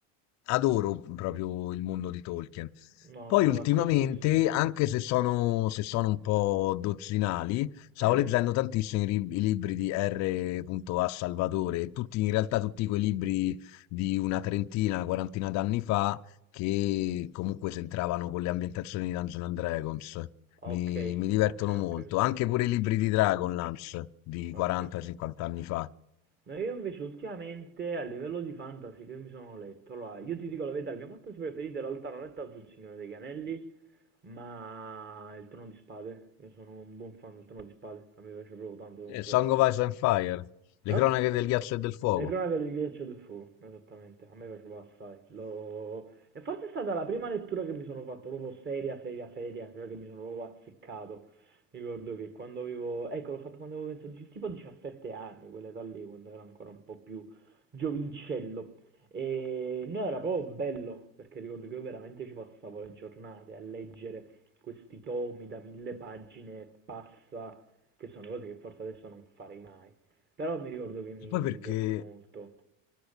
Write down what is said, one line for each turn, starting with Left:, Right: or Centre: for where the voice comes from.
Left: adoro proprio il mondo di Tolkien.
Right: No,
Left: Poi
Right: sono
Left: ultimamente,
Right: d'accordissimo.
Left: anche se sono, se sono un po' dozzinali, stavo
Right: <clears throat>
Left: leggendo tantissimo i, ri- i libri di R.A. Salvatore, tutti, in realtà tutti quei libri di una trentina, una quarantina d'anni fa, che comunque s'entravano con le ambientazioni di Dungeons and Dragons. Mi,
Right: Ok,
Left: mi divertono
Right: ok,
Left: molto,
Right: ok, ok,
Left: anche pure i libri di Dragonlance di
Right: ok.
Left: 40-50 anni fa.
Right: No, io invece ultimamente a livello di fantasy che mi sono letto, allora io ti dico la verità, il mio fantasy preferito in realtà non è tanto il Signore dei Canelli, ma il Trono di Spade. Io sono un buon fan del Trono di Spade, a me piace proprio tanto, tanto,
Left: Eh, Song
Right: tanto.
Left: of Ice and Fire, Le
Right: Eh?
Left: cronache del ghiaccio e del fuoco.
Right: Le cronache di Ghiaccio Dufour, esattamente, a me piaceva assai. Lo- E forse è stata la prima lettura che mi sono fatto, proprio seria, seria, seria, quella che mi sono proprio azzeccato. Mi Ricordo che quando avevo, ecco, l'ho fatto quando avevo penso di- tipo 17 anni, quell'età lì, quando ero ancora un po' più giovincello. E no, era proprio bello, perché ricordo che io veramente ci passavo le giornate a leggere questi tomi da mille pagine e passa, che sono cose che forse adesso non farei mai. Però mi ricordo che mi,
Left: Poi perché
Right: mi piacque molto.